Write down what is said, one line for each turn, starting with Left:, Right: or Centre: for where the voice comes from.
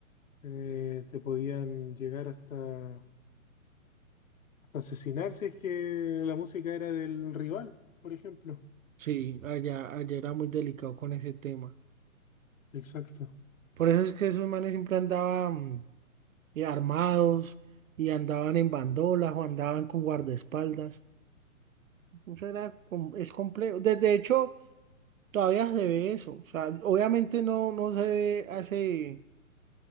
Left: eh, te podían llegar hasta, hasta asesinar si es que la música era del rival, por ejemplo.
Right: Sí, allá, allá era muy delicado con ese tema.
Left: Exacto,
Right: Por eso es que esos manes siempre andaban eh, armados y andaban en bandolas o andaban con guardaespaldas. Eso era, com- es complejo. De, de hecho, todavía se ve eso. O sea, obviamente no, no se ve hace,